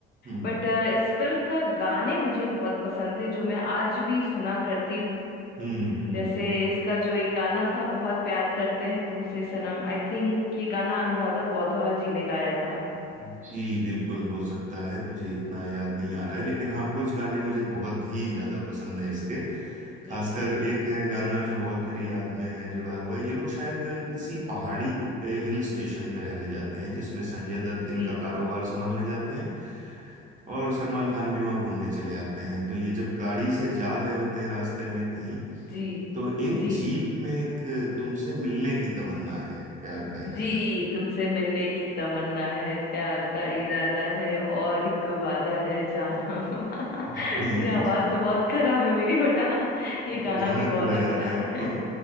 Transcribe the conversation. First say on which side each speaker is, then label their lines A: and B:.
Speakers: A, on the right (about 35°); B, on the left (about 50°).
A: <laughs> हम्म
B: बट इस फिल्म का गाने मुझे बहुत पसंद थे जो मैं आज भी सुना करती हूँ
A: हम्म हम्म
B: जैसे इसका जो एक गाना था बहुत प्यार करते हैं तुमसे सनम आई थिंक ये गाना अनुराधा पौडवाल जी ने गाया था
A: जी बिल्कुल हो सकता है मुझे इतना याद नहीं आ रहा
B: जी
A: है लेकिन हाँ कुछ गाने मुझे बहुत ही ज्यादा पसंद है इसके
B: जी
A: खासकर
B: जी
A: एक है गाना जो बहुत मेरी याद में है जुड़ा हुआ है ये लोग शायद किसी पहाड़ी पे हिल स्टेशन पे रहने जाते हैं जिसमें संजय दत्त इनका
B: जी
A: कारोबार संभालने जाते हैं और सलमान खान भी वहाँ घूमने चले जाते हैं तो ये जब गाड़ी से जा रहे होते हैं रास्ते में कहीं
B: जी
A: तो एक
B: जी
A: जीप में एक तुमसे मिलने की तमन्ना है प्यार का इरादा
B: जी
A: है
B: तुमसे मिलने की तमन्ना है प्यार का इरादा है और एक वादा है जानम <laughs>
A: जी
B: ये आवाज
A: जी
B: तो बहुत खराब है मेरी बेटा <laughs> ये
A: जी
B: गाना
A: गाना
B: भी
A: पूरा
B: बहुत
A: याद
B: अच्छा
A: है आपको
B: है